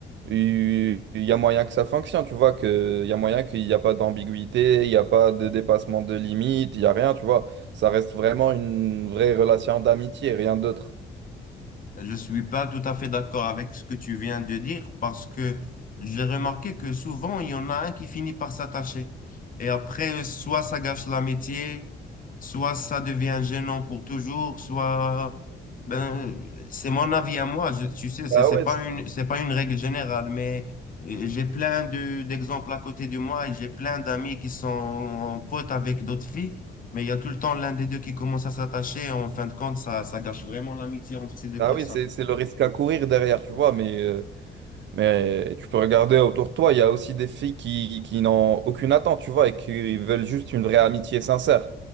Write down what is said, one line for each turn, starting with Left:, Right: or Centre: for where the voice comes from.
Right: Il il y a moyen que ça fonctionne, tu vois, que il y a moyen qu'il n'y a pas d'ambiguïté, il n'y a pas de dépassement de limite, il n'y a rien, tu vois. Ça reste vraiment une vraie relation d'amitié, rien d'autre.
Left: Je suis pas tout à fait d'accord avec ce que tu viens de dire parce que j'ai remarqué que souvent, il y en a un qui finit par s'attacher. Et après, soit ça gâche l'amitié, soit ça devient gênant pour toujours, soit Ben, c'est mon avis à moi. Je, tu sais, c'est
Right: Ah
Left: c'est
Right: ouais,
Left: pas
Right: c'est-
Left: une, c'est pas une règle générale, mais euh, j'ai plein de, d'exemples à côté de moi et j'ai plein d'amis qui sont potes avec d'autres filles, mais il y a tout le temps l'un des deux qui commence à s'attacher. En fin de compte, ça, ça gâche vraiment l'amitié entre ces deux
Right: ah
Left: personnes.
Right: oui, c'est c'est le risque à courir derrière, tu vois, mais, euh, mais tu peux regarder autour de toi, il y a aussi des filles qui, qui n'ont aucune attente, tu vois, et qui veulent juste une vraie amitié sincère.